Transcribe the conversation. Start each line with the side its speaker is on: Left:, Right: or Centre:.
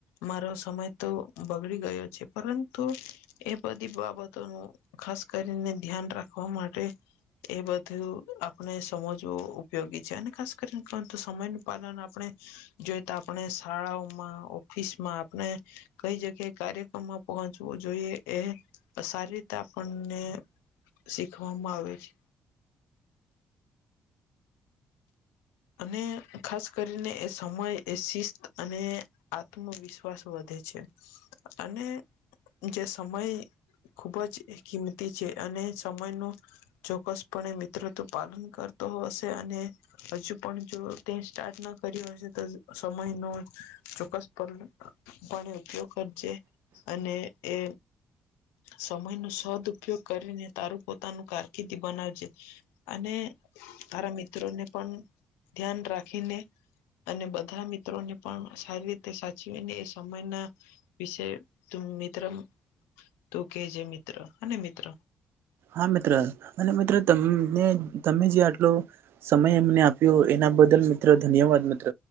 Left: મારો સમય તો બગડી ગયો છે પરંતુ એ બધી બાબતોનું, ખાસ કરીને ધ્યાન રાખવા માટે, એ બધું આપણે સમજવું ઉપયોગી છે અને ખાસ કરીને પરંતુ સમયનું પાલન આપણે, જોઈ તો આપણે શાળાઓમાં ઓફિસમાં આપણે કઈ જગ્યાએ કાર્ય, પહોચવું જોઈએ એ સારી રીતે આપણને, શિખવામાં આવે છે. અને ખાસ કરીને એ સમય એ શિસ્ત અને આત્મવિશ્વાસ, વધે છે અને જે સમય, ખૂબ જ કિંમતી છે અને સમયનું, ચોક્કસપણે મિત્ર તો પાલન કરતો હશે અને હવે, પણ જો, તે સ્ટાર્ટ ના કરી હશે તો સમયનો ચોક્કસ પણે ઉપયોગ કરજે,
Right: હમ.
Left: અને એ, સમયનો સદ ઉપયોગ કરીને તારું પોતાનું કારકિર્દી બનાવજે, અને તારા મિત્રોને પણ, ધ્યાન રાખીને અને બધા મિત્રોને, પણ સારી રીતે સાચવીને એ સમયના વિશે મિત્ર, તું કેજે મિત્ર હને મિત્ર.
Right: હા મિત્ર અને મિત્ર તને તમે જે આટલો, સમય એમને આપ્યો એના બદલ મિત્રો ધન્યવાદ મિત્ર.